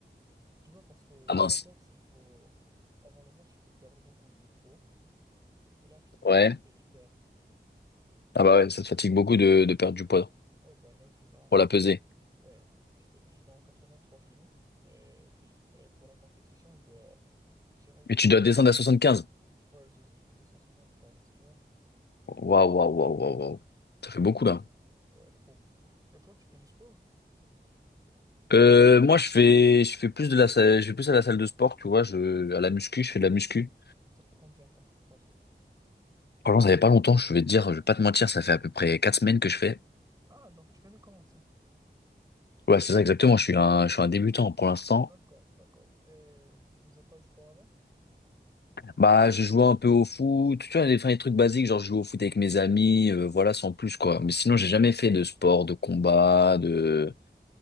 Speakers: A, on the right; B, on the left.
A: Tu vois, parce que
B: Ah
A: dans
B: mince.
A: la boxe, il faut, avant le match, il faut perdre beaucoup de poids, et là, tu te fais
B: Ouais.
A: fatiguer hyper.
B: Ah bah ouais, ça te fatigue beaucoup de, de perdre du poids
A: Ouais, ben là, je suis dans
B: pour
A: 80,
B: la peser.
A: ouais, je, fais- je suis dans 83 kilos, et si, et pour la compétition, je dois, je dirais que
B: Et tu
A: je dois,
B: dois descendre à 75.
A: ouais, je, je descends 75, tu vois.
B: Waouh, waouh, waouh, waouh, waouh. Ça fait beaucoup, là.
A: Ouais, trop. Et toi, tu fais du sport?
B: Euh, moi, je fais, je fais plus de la salle, je vais plus à la salle de sport, tu vois, je,
A: Muscu.
B: à la muscu, je fais de la muscu.
A: Ça fait combien de temps que tu pratiques?
B: Franchement, ça fait pas longtemps, je vais te dire, je vais pas te mentir, ça fait à peu près quatre semaines que je fais.
A: Ah, donc tu viens de commencer.
B: Ouais, c'est ça, exactement, je suis un, je suis un débutant pour l'instant.
A: D'accord, d'accord. Et tu faisais pas du sport avant?
B: Bah, je jouais un peu au foot, tu vois, des, enfin, des trucs basiques, genre je joue au foot avec mes amis, euh, voilà, sans plus, quoi. Mais sinon, j'ai jamais fait de sport, de combat, de...